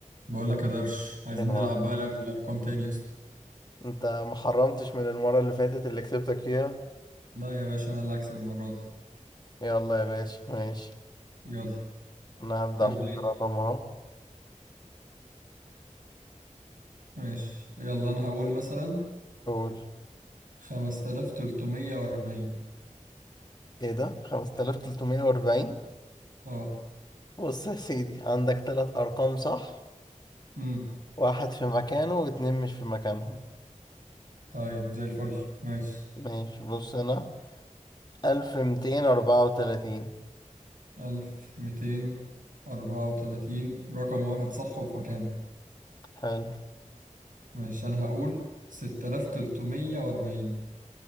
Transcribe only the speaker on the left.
يا مان
انت ما حرمتش من المرة اللي فاتت اللي كسبتك فيها
يلا يا باشا ماشي
انا هبدأ
احط
رقم اهو
قول
ايه ده 5340
بص يا سيدي عندك تلات ارقام صح
واحد في مكانه واتنين مش في مكانهم
ماشي بص هنا 1234
حلو